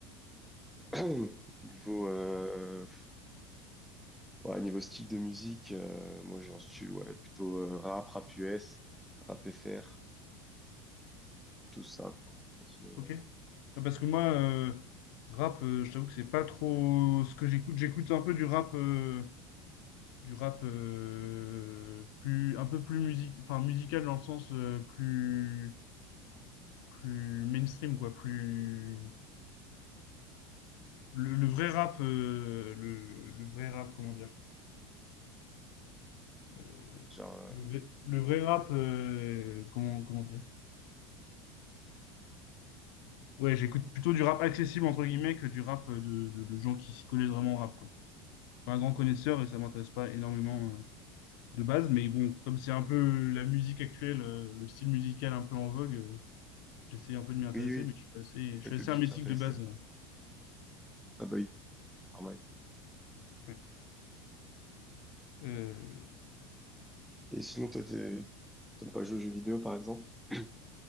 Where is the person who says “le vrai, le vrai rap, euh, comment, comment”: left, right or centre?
Left